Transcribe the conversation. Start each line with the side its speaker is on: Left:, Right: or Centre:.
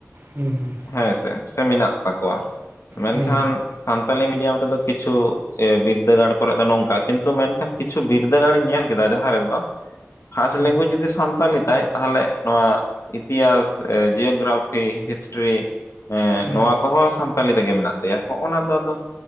Right: ᱦᱩᱸ ᱦᱩᱸ ᱾
Left: ᱦᱮᱸᱥᱮ ᱥᱮ ᱢᱮᱱᱟᱜ ᱛᱟᱠᱚᱣᱟ, ᱢᱮᱱᱠᱷᱟᱱ
Right: ᱦᱩᱸ
Left: ᱥᱟᱱᱛᱟᱞᱤ ᱢᱤᱰᱤᱭᱟᱢ ᱨᱮᱫᱚ ᱠᱤᱪᱷᱩ ᱮ ᱵᱤᱨᱫᱟᱹᱜᱟᱲ ᱠᱚᱨᱮᱜ ᱫᱚ ᱱᱚᱝᱠᱟ, ᱠᱤᱱᱛᱩ ᱢᱮᱱᱠᱷᱟᱱ ᱠᱤᱪᱷᱩ ᱵᱤᱨᱫᱟᱹᱜᱟᱲ ᱤᱧ ᱧᱮᱞ ᱠᱮᱫᱟ ᱡᱟᱦᱟᱸ ᱨᱮᱫᱚ ᱯᱷᱟᱥ
Right: ᱦᱩᱸ
Left: ᱞᱮᱝᱜᱩᱭᱡᱽ ᱡᱩᱫᱤ ᱥᱟᱱᱛᱟᱞᱤ ᱛᱟᱭ ᱛᱟᱦᱞᱮ ᱱᱚᱣᱟ ᱤᱛᱤᱦᱟᱸᱥ, ᱡᱤᱭᱳᱜᱨᱟᱯᱤ, ᱦᱤᱥ ᱦᱤᱥᱴᱨᱤ, ᱮᱸᱜ
Right: ᱦᱩᱸ
Left: ᱱᱚᱣᱟ
Right: ᱦᱩᱸ
Left: ᱠᱚᱦᱚᱸ ᱥᱟᱱᱛᱟᱞᱤ ᱛᱮᱜᱮ ᱢᱮᱱᱟᱜ ᱛᱟᱭᱟ᱾ ᱦᱚᱸᱜ-ᱚᱱᱟ ᱫᱚ ᱟᱫᱚ